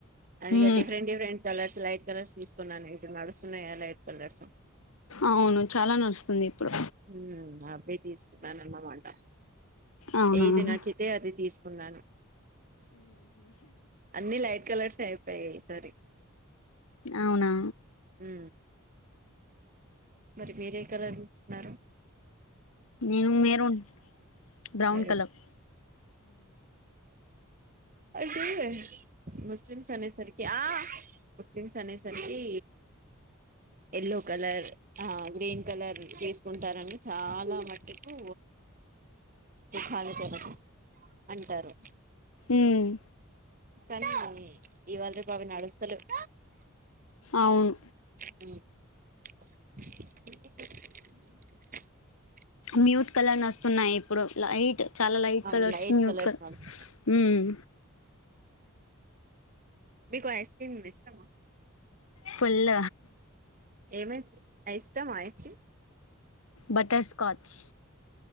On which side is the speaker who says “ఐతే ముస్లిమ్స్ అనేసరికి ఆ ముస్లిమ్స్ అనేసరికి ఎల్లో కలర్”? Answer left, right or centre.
Right